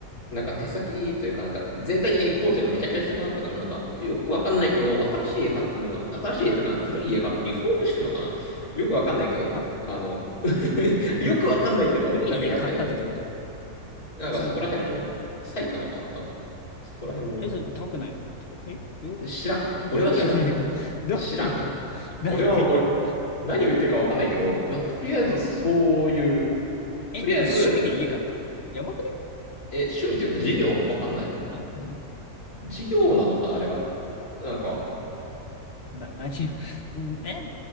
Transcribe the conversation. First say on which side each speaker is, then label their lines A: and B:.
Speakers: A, on the left (about 75°); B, on the left (about 45°).
A: なんか手先というか、なんか全体的に工事がめちゃくちゃしたくなったから、なんかよくわかんないけど、新しい家買ってのが、新しい家とかな、古い家買ってリフォームしてんのかなよくわかんないけど、
B: はうん。
A: あの、<laughs>
B: <laughs>
A: よくわかんないけど、
B: 古い家買ったってどういうこと
A: なんかやってんだよ。なんかそこら辺の、
B: え、それ、
A: 埼玉かななんか、そこら辺の、
B: え、それ高くないのたえ、どういうことい、
A: 知らん。
B: いくらぐらいの家買った
A: 俺は知らん。
B: <laughs> どういうこと
A: 知らん。
B: <laughs> 何を言ってるの
A: 俺は、俺、何を言ってるかわかんないけど、なとりあえずそういう、
B: え、
A: とりあえず、
B: 何趣味で家買ったのやばくね
A: え、趣味というか事業わかんない。
B: んね
A: 事業なのかなあれは。なんか、
B: あ、な、何を、<laughs> んえ、